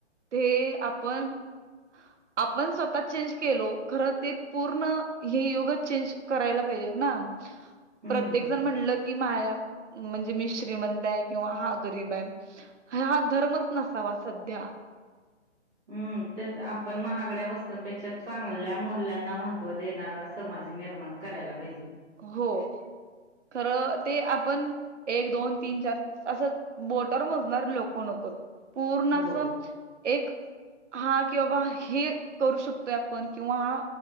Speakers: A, on the right; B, in the centre.
A: ते आपण
B: <inaudible>
A: आपण स्वतः चेन्ज केलो, खरं ते पूर्ण हे युगच चेन्ज करायला पाहिजे ना.
B: हम्म.
A: प्रत्येक जण म्हटलं की, माया म्हणजे मी श्रीमंत आहे. किंवा हा गरीब आहे हा, धर्मच नसावा सध्या.
B: हम्म, तेच आपण महागड्या वस्तूंपेक्षा चांगल्या मूल्यांना महत्त्व देणार असा समाज निर्माण करायला पाहिजे.
A: हो, खरं ते आपण एक, दोन, तीन, चार असं बोटावर मोजणार लोक नकोत. पूर्ण
B: हो.
A: असं एक हा कि बाबा हे करू शकतोय, आपण किंवा हा